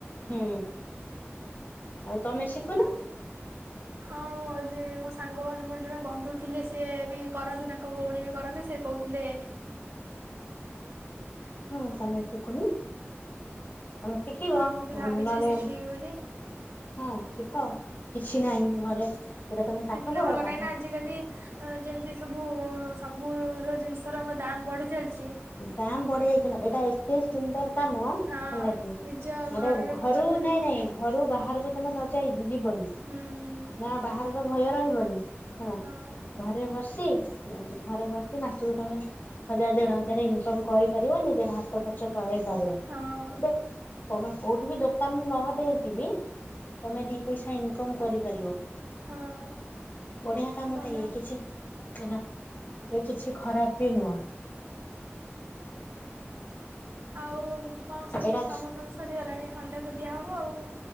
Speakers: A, on the left (about 50°); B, on the right (about 80°).
A: ହୁଁ ଆଉ ତମେ ଶିଖୁନ।
B: ହଁ <unintelligible> ମୋ ସାଙ୍ଗ ମୋର ଜଣେ ବନ୍ଧୁ ଥିଲେ ସିଏ ବି କରନ୍ତି ତାଙ୍କ ଭଉଣୀ ବି କରନ୍ତି ସେ କଉଥିଲେ
A: ହୁଁ
B: ପାଇଁ
A: କମାଇଁ ଶୁଖୁନି? ତମେ ଶିଖିବ
B: ହଁ ମୁଁ ବି ଭାବିଛି
A: ନହଲେ
B: ଶିଖିବି ବୋଲି
A: ହଁ ଶିଖ କିଛି ନାହିଁ ଘରେ ତମେ ପାଠ
B: ସିଖିଲେ
A: ପଢ
B: ଭଲ
A: ପାଠ
B: କାହିଁକି ନା ଆଜିକାଲି ଯେମିତି ସବୁ ସବୁ ର ଜିନିଷର ଦାମ୍ ବଢ଼ି ଚାଲିଚି।
A: ଦାମ ବଢି ଯାଇଛି ନୁଏ ଏଇଟା ଏତେ ସୁନ୍ଦର କାମ
B: ହଁ
A: ହେଲା କି
B: ନିଜ ଘରର
A: ଏଟା ଘରୁ
B: ତ କରିପାରିବ
A: ନାଇଁ ନାଇଁ ଘରୁ ବାହାରକୁ ତମେ ନ ଯାଇକି ଯିବନି
B: ହୁଁ ହୁଁ
A: ନା ବାହା <unintelligible> ଭୟ ରହିବନି ହେଲା
B: ହଁ
A: ଘରେ ବସି ଉଁ ଘରେ ବସି ମାସୁକୁ ତମେ ହଜାର ଦେଢ ହଜାର ଇନକମ କରିପାରିବ ନିଜର ହାତ ଖର୍ଚ ଚଳେଇ ପାରିବ
B: ହଁ
A: ଦେ କଣ କୋଉଠି ବି ଦୋକାନ ନ ଦେଇକି ବି ତମେ ଦି ପଇସା ଇନକମ୍ କରିପାରିବ
B: ହଁ।
A: ବଢିଆ କାମଟା
B: ଭଲ
A: ଇଏ କିଛି ହେନା ଏ କିଛି ଖରାପ ବି ନୁହଁ।
B: ଆଉ କଣ ସବୁ
A: ଏଇଟା
B: କାମ ଫାମ ସରିଗଲାଣି ସନ୍ଧ୍ୟା ତ ଦିଆହବ ଆଉ।